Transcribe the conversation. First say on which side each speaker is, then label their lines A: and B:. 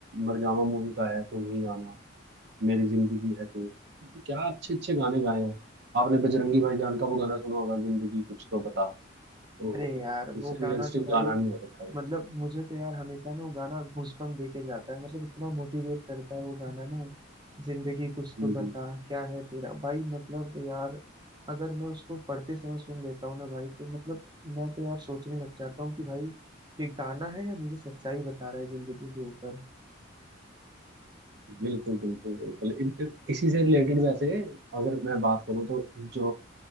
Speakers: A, on the right; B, on the right.
A: मर जावा मूवी का है तुम ही आना मेरी जिंदगी है तू क्या अच्छे अच्छे गाने गाए हैं आपने बजरंगी भाईजान का वो गाना सुना होगा जिंदगी कुछ तो बता तो
B: अरे यार
A: इससे
B: वो गाना
A: रियलिस्टिक
B: तो भाई
A: गाना नहीं हो सकता वो
B: मतलब मुझे तो यार हमेशा ना वो गाना गूजबम्प देके जाता है मतलब इतना मोटिवेट करता है वो गाना ना जिंदगी कुछ
A: हम्म,
B: तो बता
A: हम्म,
B: क्या है तेरा भाई मतलब यार अगर मैं उसको पढ़ते समय सुन लेता हूँ ना भाई तो मतलब मैं तो यार सोचने लग जाता हूँ कि भाई ये गाना है या मुझे सच्चाई बता रहा है जिंदगी के ऊपर
A: बिल्कुल बिल्कुल बिल्कुल इन- इसी से रिलेटेड वैसे अगर मैं बात करूँ तो जो